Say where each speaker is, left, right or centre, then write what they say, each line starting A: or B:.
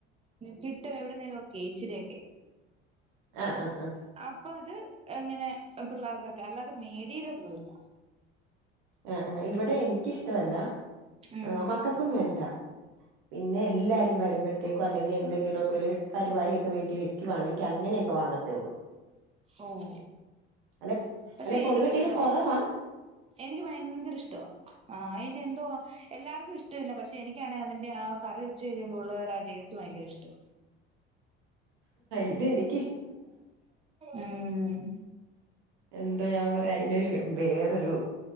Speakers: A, on the right; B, on the right.
A: കിട്ടുഎവിടുന്നേലുഒക്കെ ഇച്ചിരിയൊക്കെ
B: ആഹ് ആഹ് ആഹ്
A: അപ്പൊ അത് എങ്ങനെ പിള്ളാർക്കെക്കെ അല്ലാതെ മേടീരോന്നൂല്ല
B: ആഹ് ആഹ് ഇവിടെ എനിക്കിഷ്ട്ടവല്ല
A: ഉം.
B: മക്കക്കുംവേണ്ട പിന്നെ എല്ലാരും വരുമ്പഴത്തേക്കൊ അല്ലെങ്കി എന്തെങ്കിലുക്കെഒരു പരിപാടിഒക്കെ വീട്ടിവെക്ക്‌ ക്ക്‌ വേണെങ്കി അങ്ങനെയെക്കെ വാങ്ങത്തേഒള്ളൂ
A: ഓഹ്
B: അലെഅലെ
A: പക്ഷെ
B: പൊതുവെ
A: എനിക്കിഷ്ടവാ
B: തീരെ കൊ റവാ
A: എനിക്ക് ഭയങ്കര ഇഷ്ട്ടവാ അയിന്റെ എന്തോ എല്ലാർക്കും ഇഷ്ട്ടല്ല പക്ഷേ എനിക്കാണെങ്കി അതിന്റെ ആ കറി വെച്ച് കഴിയുമ്പോളുള്ള ഒരു ആ ടേസ്റ്റ് ഭയങ്കരിഷ്ട്ടാ
B: ഇതെനി
A: ഉം
B: എന്താ ഞാൻ പറയാ അയിനൊരു വേറൊരു